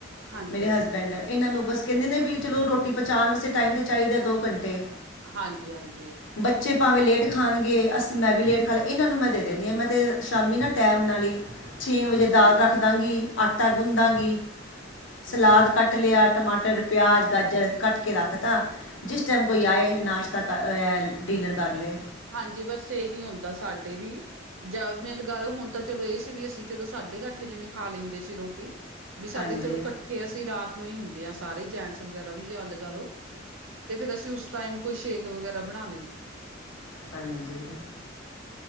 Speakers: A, on the right; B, on the left.
A: ਹਾਂਜੀ-ਹਾਂਜੀ,
B: ਮੇਰੇ ਹਸਬੈਂਡ ਇਹਨਾਂ ਨੂੰ ਬਸ ਕਹਿੰਦੇ ਨੇ ਵੀ ਚਲੋ ਰੋਟੀ ਪਹਚਾਉਣ ਵਾਸਤੇ ਟਾਈਮ ਤੇ ਚਾਹੀਦਾ ਦੋ ਘੰਟੇ
A: ਹਾਂਜੀ ਹਾਂਜੀ
B: ਬੱਚੇ ਭਾਵੇਂ ਲੇਟ ਖਾਣਗੇ ਅਸੀਂ ਮੈਂ ਵੀ ਲੇਟ ਖਾ ਲੇ ਇਹਨਾਂ ਨੂੰ ਮੈਂ ਦੇ ਦਿੰਦੀ ਹਾਂ ਮੈਂ ਤੇ ਸ਼ਾਮੀ ਨਾ ਟਾਈਮ ਨਾਲ ਹੀ ਛੇ ਵਜੇ ਦਾਲ
A: ਹਾਂਜੀ-ਹਾਂਜੀ
B: ਰੱਖਦਾਂਗੀ ਆਟਾ ਗੁਣਦਾਗੀ
A: ਠੀਕ
B: ਸਲਾਦ
A: ਐ
B: ਕੱਟ
A: ਠੀਕ
B: ਲਿਆ
A: ਐ,
B: ਟਮਾਟਰ ਪਿਆਜ਼ ਗਾਜਰ ਕੱਟ ਕੇ ਰੱਖ ਤਾ ਜਿਸ ਟਾਈਮ ਕੋਈ
A: ਹਾਂਜੀ-ਹਾਂਜੀ।
B: ਆਏ ਨਾਸ਼ਤਾ ਡਿਨਰ ਕਰ ਲਏ
A: ਹਾਂਜੀ ਬਸ ਇਹੀ ਹੁੰਦਾ ਸਾਡੇ ਵੀ ਜਾਂ ਮਿਲੇ ਗਓ ਹੁਣ ਤਾਂ ਚਲੋ ਇਹ ਸੀ ਵੀ ਅਸੀਂ ਚਲੋ ਸਾਡੇ ਇਕੱਠੇ ਜਿਵੇਂ ਖਾ ਲੈਂਦੇ ਸੀ ਰੋਟੀ ਵੀ ਸਾਡੇ
B: ਹਾਂਜੀ
A: ਚਲੋ ਇਕੱਠੇ ਅਸੀਂ ਰਾਤ ਨੂੰ ਹੀ ਹੁੰਦੇ ਹਾਂ ਸਾਰੇ ਜੈਂਟਸ ਵਗੈਰਾ ਵੀ ਜੇ ਲਗਾ ਲਓ ਤੇ ਫਿਰ ਅਸੀਂ ਉਸ ਟਾਈਮ ਕੋਈ ਸ਼ੇਕ ਵਗੈਰਾ ਬਣਾ ਲੈਂਦੇ
B: ਹਾਂਜੀ